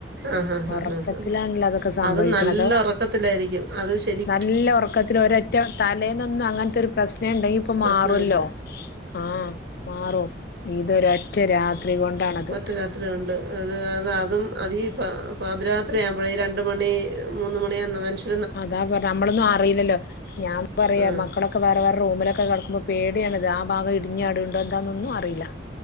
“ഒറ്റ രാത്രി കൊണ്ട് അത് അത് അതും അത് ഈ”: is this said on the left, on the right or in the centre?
Right